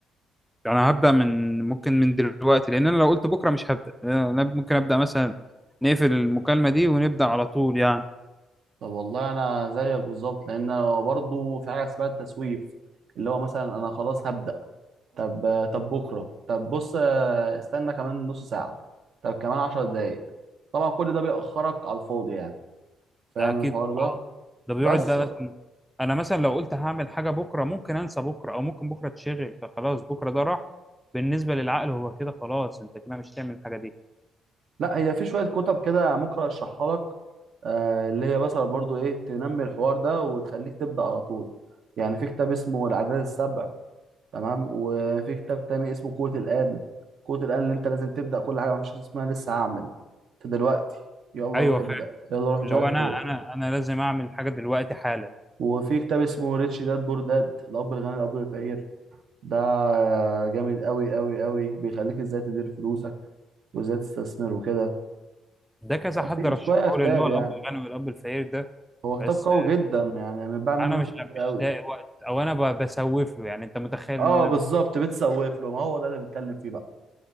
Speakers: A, in the centre; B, on the right.
A: يعني هبدا من ممكن من دلوقتي لان انا لو قلت بكره مش هبدا أنا ممكن ابدا مثلا نقفل المكالمه دي ونبدا على طول يعني
B: طب والله انا زيك بالظبط لان أنا برضه في حاجه اسمها التسويف اللي هو مثلا انا خلاص هبدا طب آه، طب بكره طب بص آه، استنى كمان نص ساعه طب كمان عشر دقايق طبعا كل ده بيأخرك على الفاضي يعني فاهم
A: ده اكيد
B: الحوار
A: طبعا
B: ده
A: ده بيقعد
B: بس
A: بقى مثلا انا مثلا لو قلت هعمل حاجه بكره ممكن انسى بكره او ممكن بكره اتشغل فخلاص بكره ده راح بالنسبه للعقل هو كده خلاص انت كده مش هتعمل الحاجه دي
B: لا هي في شوية كتب كده ممكن ارشحها لك آه، اللي هي مثلا برضو ايه تنمي الحوار ده وتخليك تبدأ على طول يعني في كتاب اسمه العادات السبع تمام وفي كتاب تاني اسمه قوة الآن قوة الآن اللي انت لازم تبدأ كل حاجة مفيش حاجة اسمها لسه هعمل انت دلوقتي يلا
A: ايوه
B: روح ابدأ
A: فعلا
B: يلا روح مش
A: اللي
B: عارف
A: هو انا
B: ايه
A: انا انا لازم اعمل حاجه دلوقتي حالا
B: وفي كتاب اسمه ريتش داد بور داد الأب الغني الأب الفقير ده جامد قوي قوي قوي بيخليك ازاي تدير فلوسك وازاي تستثمر وكده
A: ده كذا حد
B: في
A: رشحه
B: شوية كتاب
A: لي اللي هو
B: يعني
A: الاب الغني والاب الفقير ده
B: هو كتاب
A: بس
B: قوي جدا يعني متباع منه
A: انا مش
B: نسخ كتير
A: مش
B: قوي
A: لاقي وقت او انا ب- بسوف له يعني انت متخيل
B: اه
A: ان
B: بالظبط
A: انا بس
B: بتسوف له ما هو ده اللي بنتكلم فيه بقى